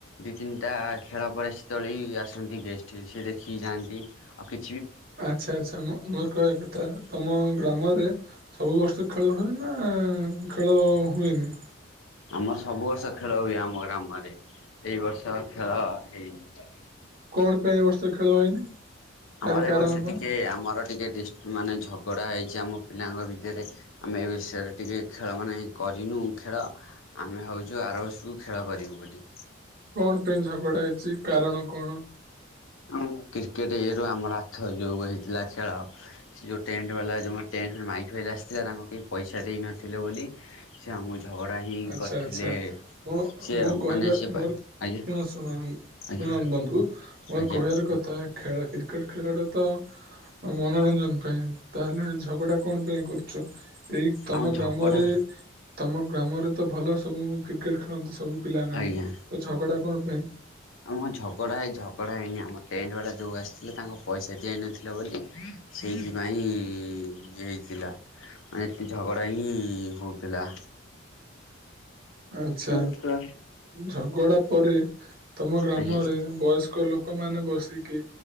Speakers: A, on the left (about 80°); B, on the right (about 45°).
A: ଦି ତିନଟା ଖେଳ ପରେ ସେତେବେଳେ ବି ଆସନ୍ତି ଗେଷ୍ଟ <unintelligible> ସି ଯାଆନ୍ତି ଆଉ କି
B: ଆଚ୍ଛା ଆଚ୍ଛା ମୋ ମୋର କହିବା କଥା ତମ ଗ୍ରାମରେ ସବୁ ବର୍ଷ ଖେଳ ହୁଏ। ନା ଖେଳ ହୁଏନି।
A: ଆମର ସବୁ ବର୍ଷ ଖେଳ ହୁଏ, ଆମ ଗ୍ରାମରେ। ଏଇ ବର୍ଷ ଖେଳ ହେଇନି।
B: କଣ ପାଇଁ ଏ ବର୍ଷ ଖେଳ ହେଇନି
A: ଆମର
B: ଏହାର
A: ଏ
B: କାରଣ
A: ବର୍ଷ
B: କଣ
A: ଟିକେ ଆମର ଟିକେ ଡିଷ୍ଟ ମାନେ ଝଗଡା ହେଇଚି ଆମ ପିଲାଙ୍କ ଭିତେରେ। ଆମେ ଏ ବିଷୟରେ ଟିକେ ଖେଳ ମାନେ କରିନୁ ଖେଳ, ଆମେ ହଉଛୁ ଭାବୁଚୁ ଖେଳ କରିବୁ ବୋଲି।
B: କଣ ପାଇଁ ଝଗଡା ହେଇଛି କାରଣ କଣ?
A: ହଁ କ୍ରିକେଟ ଇଠୁ ଆମର ଆଛ, ଯୋଉ ହେଇଥିଲା ଖେଳ ଯୋଉ ଟେଣ୍ଟ ବା ଯଉ ମାଇକ ଭାଇଲ ଆସିଥିଲା, ତାଙ୍କୁ କେହି ପଇସା ଦେଇନଥିଲେ ବୋଲି ସେ ଆମ ଝଗଡା ହିଁ
B: ଆଚ୍ଛା
A: ଗଥିଲେ
B: ଆଚ୍ଛା ମୁଁ
A: ସେ
B: ମୁଁ କହିବା
A: ମାନେ ସେ
B: ମୋର
A: ପା ଆଜ୍ଞା
B: ଶୁଣ ଶୁଣ ଶୁଣନ୍ତ
A: ଆଜ୍ଞା
B: ବନ୍ଧୁ ମୋର
A: ଆଜ୍ଞା
B: କହିବାର କଥା ଖେଳ କ୍ରିକେଟେ ଟ ତ ମନୋରଞ୍ଜନ ପାଇଁ ତାହେଲେ ଝଗଡା କଣ ପାଇଁ କରୁ ଏଇ ତମ
A: ଆମ ଝଗଡ଼ା
B: ଗ୍ରାମରେ ତମ ଗ୍ରାମରେ ତ ଭଲ ସବୁ କ୍ରିକେଟ ଖେଳନ୍ତି, ସବୁ ପିଲାମାନେ
A: ଆଜ୍ଞା।
B: ତ ଝଗଡା କଣ ପାଇଁ?
A: ଆମ ଝଗଡା ହେଇ ଝଗଡା ହେଇନି ଆମ ଟେଟ ବା ଯୋଉ ଆସିଥିଲେ, ତାଙ୍କୁ ପଇସା ଦିଆଇନଥିଲା ବୋଲି ସେଇଥିପାଇଁ ଇଏ ହେଇଥିଲା ମାନେ ଏତେ ଝଗଡା ହିଁ ହଉଥିଲା।
B: ଆଛା,
A: ଆଜ୍ଞା
B: ଝଗଡା ପରେ ତମ ଗ୍ରାମରେ
A: ଆଜ୍ଞା
B: ବୟସ୍କ ଲୋକମାନେ ମାନେ ବସିକି